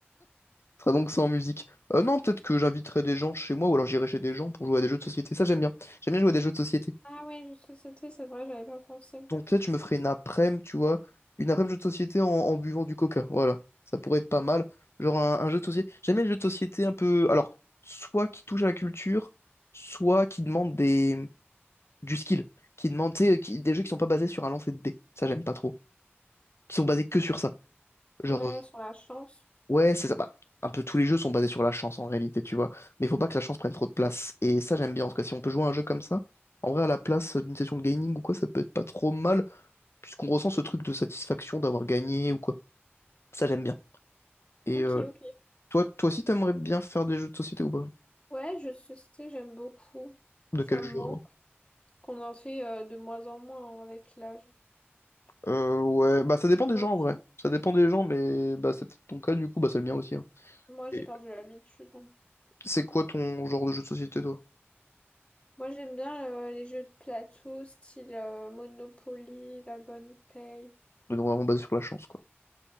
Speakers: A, on the left; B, on the left.
A: sera donc sans musique. Euh, non, peut-être que j'inviterai des gens chez moi ou alors j'irai chez des gens pour jouer à des jeux de société. Ça j'aime bien. J'aime bien jouer à des jeux de société.
B: Ah ouais, jeux de société, c'est vrai, j'avais pas pensé.
A: Donc peut-être je me ferais une après-midi, tu vois, une après-midi jeu de société en, en buvant du coca. Voilà, ça pourrait être pas mal. Genre un, un jeu de société. J'aime bien les jeux de société un peu. Alors, soit qui touche à la culture, soit qui demande des du skill, qui demande tu sais, qui- des jeux qui sont pas basés sur un lancer de dés. Ça j'aime pas trop. Qui sont basés que sur ça. Genre
B: Ouais, sur la chance.
A: Ouais, c'est ça. Bah, un peu tous les jeux sont basés sur la chance en réalité, tu vois. Mais il faut pas que la chance prenne trop de place. Et ça, j'aime bien. En tout cas, si on peut jouer à un jeu comme ça, en vrai, à la place d'une session de gaming ou quoi, ça peut être pas trop mal, puisqu'on ressent ce truc de satisfaction d'avoir gagné ou quoi. Ça, j'aime bien. Et
B: ok,
A: euh,
B: ok.
A: toi, toi aussi, t'aimerais bien faire des jeux de société ou pas?
B: Ouais, jeux de société, j'aime beaucoup.
A: De
B: Ça
A: quel
B: me
A: genre?
B: manque qu'on en fait euh, de moins en moins hein, avec l'âge.
A: Euh, ouais, bah ça dépend
B: On
A: des
B: en
A: gens
B: fait-
A: en vrai. Ça dépend des gens, mais bah c'est peut-être ton cas du coup, bah c'est le mien aussi. hein.
B: Moi, j'ai
A: Et
B: perdu l'habitude. hein.
A: c'est quoi ton genre de jeu de société, toi?
B: Moi, j'aime bien euh, les jeux de plateau, style euh, Monopoly, La Bonne Paye.
A: Donc vraiment basé sur la chance, quoi.